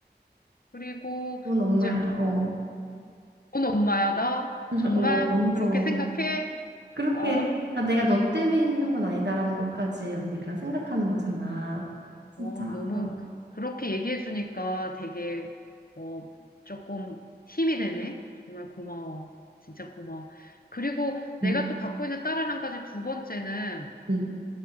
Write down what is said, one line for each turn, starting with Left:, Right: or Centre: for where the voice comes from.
Left: 그리고
Right: 좋은 엄마야.
Left: 이제 좀,
Right: 어.
Left: 넌 엄마야, 나?
Right: <laughs>
Left: 정말?
Right: 어, 완전.
Left: 그렇게 생각해?
Right: 그렇게,
Left: 아,
Right: 아, 내가 너 때문에 힘든 건 아니다라는 것까지 언니가 생각하는 거잖아. 진짜.
Left: 어, 너무,
Right: 어,
Left: 그- 그렇게 얘기해주니까 되게, 어, 조금 힘이 되네? 정말 고마워. 진짜 고마워. 그리고 내가
Right: 음,
Left: 또 갖고 있는 딸을 한 가지 두 번째는
Right: 음,